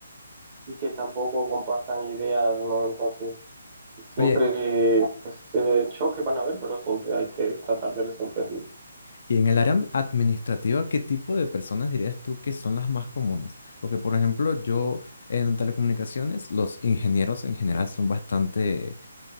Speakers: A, on the right; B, on the left.
A: y que tampoco compartan ideas, ¿no? Entonces, siempre
B: Oye,
A: pues, eh, choques van a haber, pero siempre hay que tratar de resolverlo.
B: Y en el área administrativa, ¿qué tipo de personas dirías tú que son las más comunes? Porque, por ejemplo, yo en telecomunicaciones, los ingenieros en general son bastante